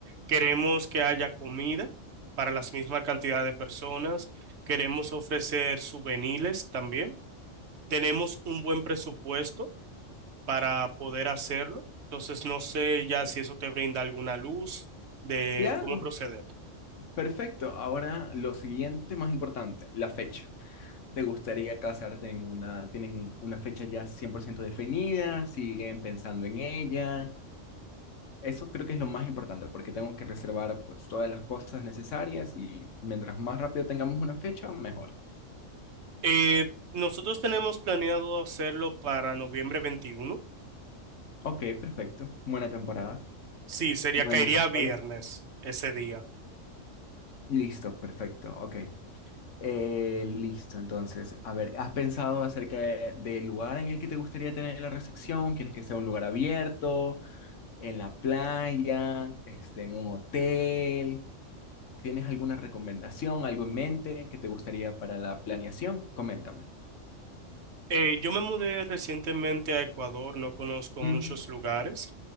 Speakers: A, on the right (about 60°); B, on the left (about 70°).
A: Queremos que haya comida para la misma cantidad de personas. Queremos ofrecer souvenirs también. Tenemos un buen presupuesto para poder hacerlo. Entonces, no sé ya si eso te brinda alguna luz de
B: Claro,
A: cómo proceder.
B: Perfecto. Ahora lo siguiente más importante, la fecha. ¿Te gustaría casarte en una, tienen una fecha ya 100% definida? ¿Siguen pensando en ella? Eso creo que es lo más importante porque tengo que reservar pues todas las cosas necesarias y mientras más rápido tengamos una fecha, mejor.
A: Eh, nosotros tenemos planeado hacerlo para noviembre veintiuno
B: Ok, perfecto. Buena temporada.
A: Sí, sería,
B: No
A: caería
B: hay mucho
A: viernes
B: sol.
A: ese día.
B: Listo, perfecto. Ok. Eh, listo, entonces, a ver, ¿has pensado acerca de- del lugar en el que te gustaría tener la recepción? ¿Quieres que sea un lugar abierto? en la playa, este, en un hotel. ¿Tienes alguna recomendación, algo en mente que te gustaría para la planeación? Coméntame.
A: Eh, yo me mudé recientemente a Ecuador, no conozco
B: Ujú.
A: muchos lugares,